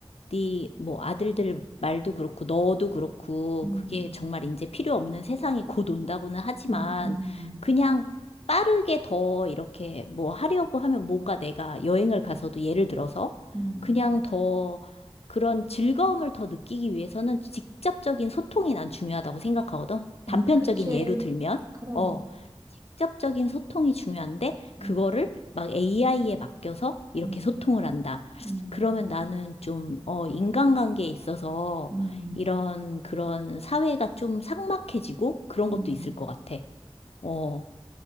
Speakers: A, on the left; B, on the right.
A: 네 뭐 아들들 말도 그렇고 너도 그렇고
B: 응,
A: 그게 정말 이제 필요 없는 세상이 곧 온다고는 하지만
B: 응, 응,
A: 그냥 빠르게 더 이렇게 뭐 하려고 하면 뭔가 내가 여행을 가서도 예를 들어서
B: 응,
A: 그냥 더 그런 즐거움을 더 느끼기 위해서는 직접적인 소통이 난 중요하다고 생각하거든. 단편적인
B: 응. 그치.
A: 예로 들면
B: 그럼.
A: 어 직접적인 소통이 중요한데 그거를
B: 응,
A: 막 AI에 맡겨서 이렇게
B: 응,
A: 소통을 한다.
B: 응,
A: 그러면 나는 좀, 어, 인간관계에 있어서
B: 응,
A: 이런 그런 사회가 좀 삭막해지고 그런
B: 응.
A: 것도 있을 것 같아. 어,